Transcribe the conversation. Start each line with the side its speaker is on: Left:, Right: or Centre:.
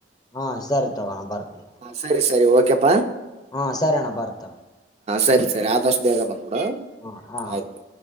Left: ಹಾ ಸರಿ ತಗೋಣ ಬರ್ತನಿ
Right: ಸರಿ ಸರಿ ಓಕೆಪ್ಪಾ
Left: ಹಾ ಸರಿ ಅಣ್ಣ ಬರ್ತ
Right: ಸರಿ ಸರಿ ಆದಷ್ಟು ಬೇಗ ಬಂದ್ಬಿಡ
Left: ಹಾ ಹಾ
Right: ಆಯ್ತು